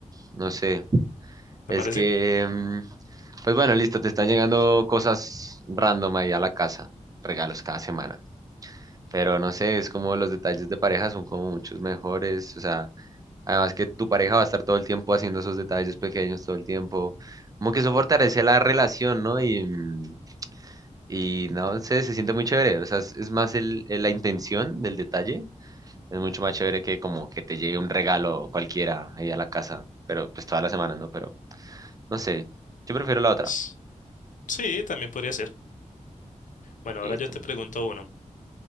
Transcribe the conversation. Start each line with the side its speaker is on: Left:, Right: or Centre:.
Right: No sé.
Left: ¿Te
Right: Es
Left: parece?
Right: que, mm, pues bueno, listo, te están llegando cosas random ahí a la casa. Regalos cada semana. Pero no sé, es como los detalles de pareja son como muchos mejores, o sea, además que tu pareja va a estar todo el tiempo haciendo esos detalles pequeños todo el tiempo, como que eso fortalece la relación, ¿no? Y, mm, y no sé, se siente muy chévere, o sea, es, es más el, el- la intención del detalle, es mucho más chévere que como que te llegue un regalo cualquiera ahí a la casa, pero pues toda la semana, ¿no? Pero no sé, yo prefiero la otra.
Left: S- Sí, también podría ser. Bueno,
Right: Y
Left: ahora yo
Right: tú.
Left: te pregunto uno.